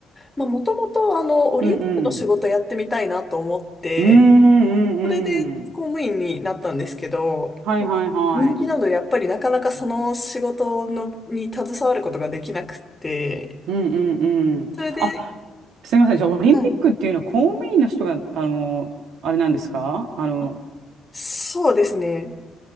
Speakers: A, on the left (about 15°); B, on the right (about 80°).
A: まあもともとあのオリンピックの仕事やってみたいなと思って、
B: うんうん。うんうんうんうん。
A: それで公務員になったんですけど、
B: はいはいはい。
A: 人気なのでやっぱりなかなかその仕事のに携わることができなくて、
B: うんうんうん。
A: それで、
B: あ、すみません。じゃあ、オリンピックっていうのは公務員の人が、
A: はい。
B: あの、あれなんですかあの、
A: あそうですね。